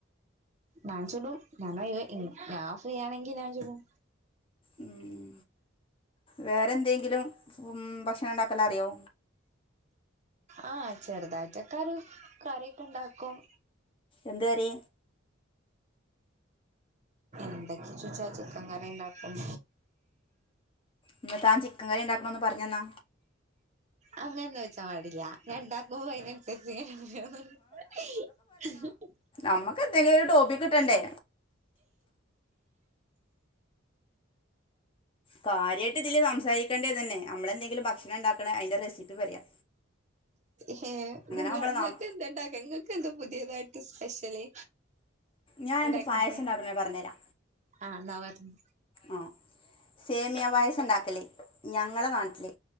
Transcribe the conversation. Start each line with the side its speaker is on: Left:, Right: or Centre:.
Right: ഞാൻ ചൊല്ലും ഞൻ ഞാൻ ഫ്രീ ആണെങ്കിൽ ഞാൻ ചൊല്ലും
Left: ഉം വേറെ എന്തേങ്കിലും ഉം ഭക്ഷണം ഉണ്ടാക്കലറിയോ?
Right: ആഹ് ചെറുതായിട്ടൊക്കെ അറിയും കറിയൊക്കെ ഇണ്ടാക്കും.
Left: എന്ത് കറി?
Right: എന്തെക്കെ ചോച്ചാ ചിക്കൻകറി ഇണ്ടാക്കും
Left: എന്നാ താൻ ചിക്കൻ കറി ഇണ്ടാക്കണോന്ന് പറഞ്ഞന്നാ
Right: അങ്ങനെ ചോയിച്ചാൻ പാടില്ല ഞാൻ ഇണ്ടാക്കൂ അയിനൻസര്ച്ച് <unintelligible>
Left: അമ്മക്ക് എന്തേലും ഒരു ടോപ്പിക് കിട്ടണ്ടേ കാര്യായ്ട്ട് ഇതില് സംസാരി ക്കെണ്ട്യ തന്നെ നമ്മളെന്തെിലും ഭക്ഷണം ഇണ്ടാക്കണെ അതിന്റെ റെസിപ്പി പറയാ
Right: ഹേ നിങ്ങ
Left: ആകുമ്പോൾ
Right: നിങ്ങക്ക്
Left: നാം
Right: എന്തണ്ടാക്ക ഇങ്ങക് ക്കെന്താ പുതിയതായിട്ട് സ്പെഷ്യല്
Left: ഞാ
Right: ഉണ്ടാക്കല്
Left: അനക്ക് പായസം ഇണ്ടാക്കുന്നത് പറഞ്ഞേരാ
Right: ആഹ് എന്നാ പർഞ്ഞ്
Left: ആഹ് സേമിയ പായസം ഇണ്ടാക്കല് ഞങ്ങളെ നാട്ടില്